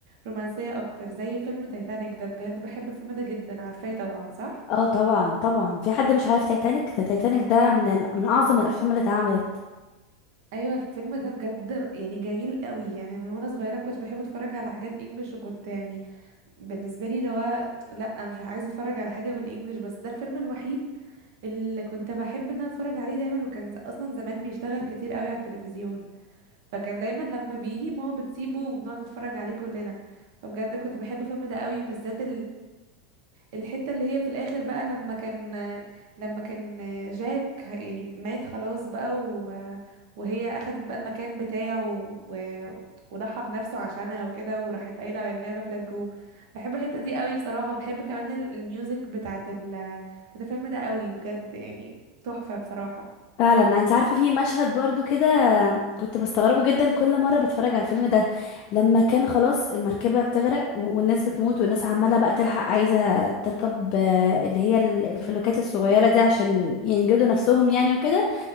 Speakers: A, on the right (about 70°); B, on the left (about 45°).
A: رومانسية اكتر زي فيلم تايتانيك ده بجد بحب الفيلم ده جدا عارفاه طبعا صح
B: اه طبعا طبعا في حد مش عارف تايتانيك ده تايتانيك ده من ال- من اعظم الافلام اللي اتعملت
A: ايوه الفيلم ده بجد ر- يعني جميل قوي يعني من وانا صغيره ما كنتش بحب اتفرج على حاجات انجلش وكنت يعني بالنسبه لي اللي هو لا مش عايزه اتفرج على حاجه بالانجلش بس ده الفيلم الوحيد اللي كنت بحب ان انا اتفرج عليه دايما وكان ز- اصلا زمان بيشتغل كتير قوي على التلفزيون فكان دايما لما بيجي ماما بتسيبه وبنقعد نتفرج عليه كلنا فبجد كنت بحب الفيلم ده قوي بالذات الحتة اللي هي في الآخر بقى لما كان لما كان جاك يعني مات خلاص بقى و- وهي أخدت بقى المكان بتاعه و- وضحى بنفسه عشانها وكده وراحت قايلة I'll never let go بحب الحتة دي قوي بصراحة وبحب كمان ال- الميوزك بتاعت ال بتاعت الفيلم ده قوي بجد يعني تحفة بصراحة
B: فعلا انت عارفه في مشهد برضو كده كنت بستغربه جدا كل مره بتفرج على الفيلم ده لما كان خلاص المركبه بتغرق والناس بتموت والناس عماله بقى تلحق عايزه تركب آه، اللي هي ال- الفلوكات الصغيره دي عشان ينجدوا نفسهم يعني وكده